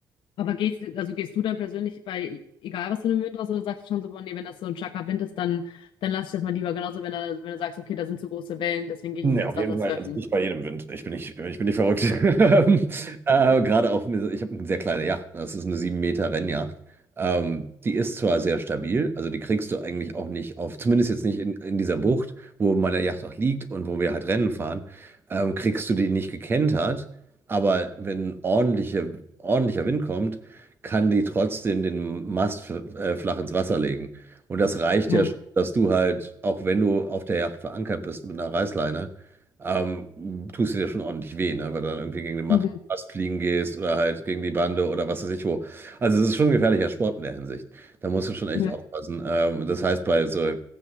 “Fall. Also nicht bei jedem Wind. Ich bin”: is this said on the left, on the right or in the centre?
Right